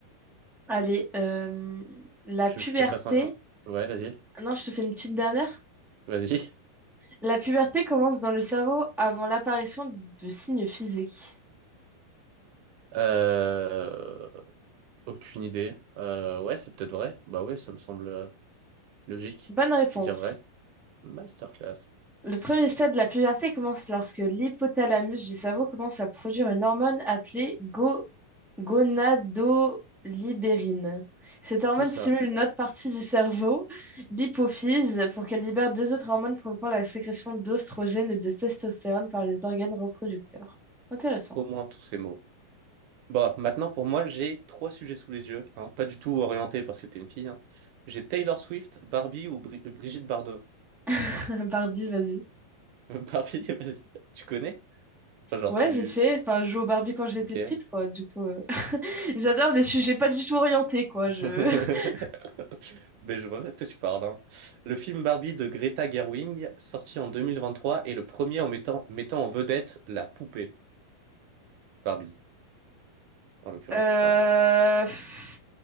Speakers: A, in the centre; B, on the right (about 65°).
A: Allez, euh, la
B: Tu
A: puberté.
B: veux que je te fasse un... Ouais, vas-y,
A: Non, je te fais une petite dernière.
B: vas-y.
A: La puberté commence dans le cerveau avant l'apparition de signes physiques.
B: Euh, aucune idée. Euh, ouais, c'est peut-être vrai. Bah ouais, ça me semble. euh, logique,
A: Bonne réponse.
B: je vais dire vrai, masterclass,
A: Le premier stade de la puberté commence lorsque l'hypothalamus du cerveau commence à produire une hormone appelée go- gonadolibérine. Cette hormone
B: tout ça,
A: stimule une autre partie du cerveau, l'hypophyse, pour qu'elle libère deux autres hormones provoquant la sécrétion d'ostrogène et de testostérone par les organes reproducteurs. Intéressant.
B: au moins tous ces mots. Bon, maintenant pour moi, j'ai trois sujets sous les yeux, hein, pas du tout orienté parce que t'es une fille, hein. J'ai Taylor Swift, Barbie ou Bri- Brigitte Bardot.
A: <laughs> Barbie, vas-y.
B: <laughs> Barbie, vas-y, tu connais? Enfin, genre
A: Ouais,
B: tu...
A: vite fait. Enfin, je joue au Barbie quand j'étais
B: Ok.
A: petite, quoi. Du coup, euh, <laughs> j'adore les sujets pas du tout orientés, quoi.
B: <laughs>
A: Je... <laughs>
B: Mais je vois de quoi tu parles, hein. Le film Barbie de Greta Gerwig, sorti en 2023, est le premier en mettant, mettant en vedette la poupée Barbie, en l'occurrence.
A: Euh,
B: Enfin,
A: pff,